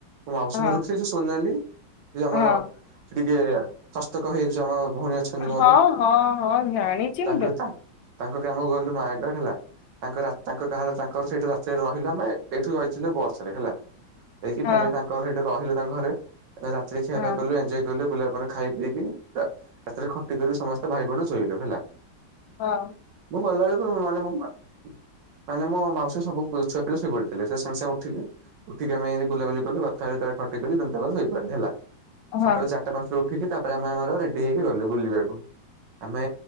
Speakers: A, on the right (about 70°); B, on the left (about 80°).
A: ମାଉସୀ
B: ହଁ
A: ଘରକୁ ସେ ଯୋଉ ସୋନାଲି ଯେ ଆମର
B: ହଁ।
A: ସିଏ ଟିକେ ହସ୍ତକ ହେଇଯାଉଚି ଆମ ଭୋଉଣୀ ଅଛନ୍ତି ମୋର
B: ହଁ ହଁ ହଁ ହଁ ଜାଣିଛି
A: ତାଙ୍କ-ତାଙ୍କ୍-ତାଙ୍କ
B: ମୁଁ ତାକୁ
A: ଗ୍ରାମକୁ ଗଲୁ ନୟାଗଡ଼ ହେଲା ତାଙ୍କ ରା-ତାଙ୍କ ଗାଁ ତାଙ୍କର ସେଇଠୁ ରାତିରେ ରହିଲୁ ଆମେ ଏଇଠୁ ରହିଥିଲେ ବସରେ ହେଲା। ଯାଇକି
B: ହଁ
A: ଫ୍ୟାମିଲି ତାଙ୍କର ହେଇଠି ରହିଲେ ତାଙ୍କ ଘରେ, ରାତିରେ ଖିଆ
B: ହଁ
A: ପିଆ କଲୁ ଏଞ୍ଜୟ କଲୁ ବୁଲା ମାନେ ଖାଇ ପିଇକି ରା-ରାତିରେ ଖଟି କରିକି ସମସ୍ତେ ଭାଇ ଭଉଣୀ ଶୋଇଲୁ ହେଲା।
B: ହଁ।
A: ଗଲାବେଳକୁ ମାନେ ମୋ ମା ମାନେ ମୋ ମାଉସୀ ସବୁ ପୁ-ଛୁଆ ପିଲା ଶୋଇ ପଡିଥିଲେ ସେ ସେଙ୍ଗ ସାଙ୍ଗେ ଉଠିଲେ ଉଠିକି ଆମେ ଏମତି ବୁଲାବୁଲି କଲେ କଥାବାର୍ତ୍ତା କ ପଠେଇ ଦେଲି ଦେନ୍ ତାପରେ ଶୋଇପିଡ଼ିଲି ହେଲା
B: ହଁ
A: ସକାଳ ଚାରଟା ପାଞ୍ଚଟାରୁ ଉ ଉଠିକି ତାପରେ ଆମେ ଆମର ରେଡି ହେଇକି ଗଲୁ ବୁଲିବାକୁ। ଆମେ